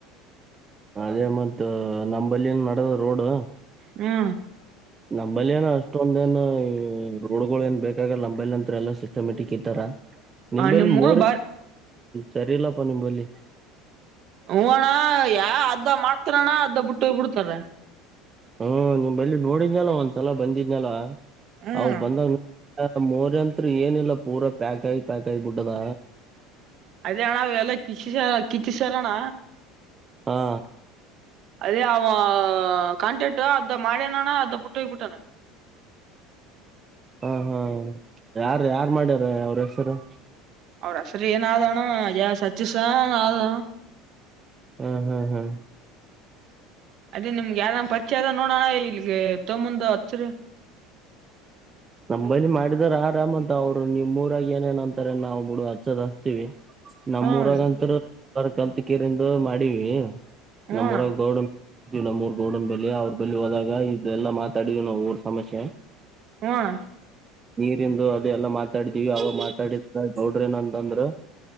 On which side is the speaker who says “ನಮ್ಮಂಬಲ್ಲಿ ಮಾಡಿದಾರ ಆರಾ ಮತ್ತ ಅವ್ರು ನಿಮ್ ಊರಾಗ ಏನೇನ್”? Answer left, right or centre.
Right